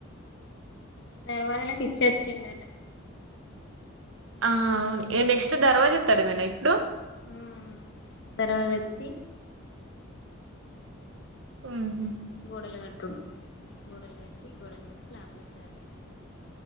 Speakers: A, on the left; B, on the right.
A: దర్వాజలకి ఇచ్చి వచ్చిండట
B: ఆ నెక్స్ట్ దర్వాజా ఎత్తడమేనా ఇప్పుడు
A: ఉమ్ దర్వాజ ఎత్తి
B: ఉమ్ హూ
A: గోడలు గట్టుడు గోడలు గట్టి గోడల మీద స్లాప్ యెస్తరు